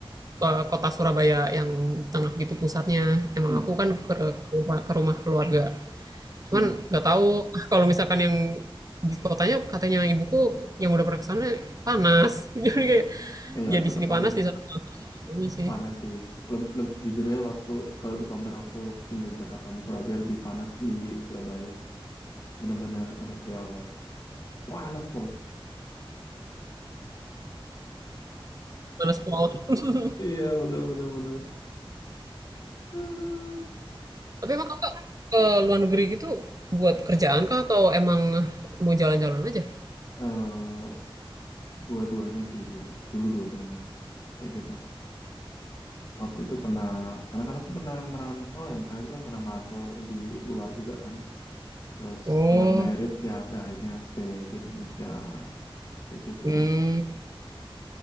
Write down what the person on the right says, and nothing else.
ke kota Surabaya yang di tengah gitu pusatnya, emang
aku kan ke ke rumah ke rumah keluarga. Cuman
nggak tahu <laughs> kalau misalkan yang di kotanya katanya ibuku yang udah pernah ke sana panas. <laughs> Jadi kayak
ya di
sini
panas di sana panas ini sih.
Panas pulau. <laughs>
Tapi emang kakak ke luar negeri gitu buat kerjaan kah atau emang mau jalan-jalan aja?
Oh,
hmm,